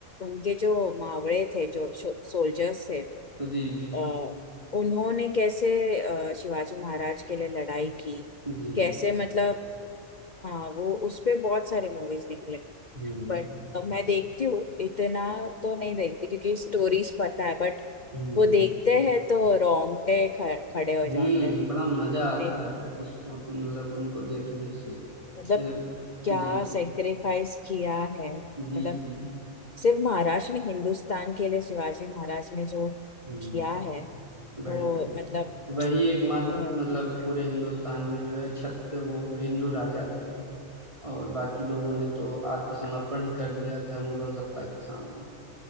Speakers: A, on the left; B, on the right.
A: उनके जो मावड़े थे जो सोल्जर्स थे
B: जी
A: अ,
B: जी
A: उन्होंने कैसे अ, शिवाजी महाराज के लिए लड़ाई की
B: जी
A: कैसे मतलब हाँ वो उस पे बहुत सारे मूवीज निकले
B: हम्म
A: बट मैं देखती हूँ इतना तो नहीं देखती क्योंकि स्टोरीज पता है बट
B: हम्म
A: वो देखते हैं तो रोंगटे ख- खड़े हो
B: हम्म
A: जाते हैं
B: बड़ा मजा आता
A: देख-
B: है उसको मतलब उनको देखने से
A: मतलब
B: ए,
A: क्या
B: जी
A: सेक्रीफाइस किया है
B: जी
A: मतलब
B: जी
A: सिर्फ महाराष्ट्र नहीं हिंदुस्तान के लिए शिवाजी महाराज ने जो
B: हम्म
A: किया है
B: वही
A: वो
B: वही
A: मतलब
B: वही एकमात्र
A: राइट
B: मतलब पूरे हिंदुस्तान में जो है छत वो हिंदू राजा थे और बाकी लोगों ने तो आत्मसमर्पण ही कर दिया था मुगल सत्ता के सामने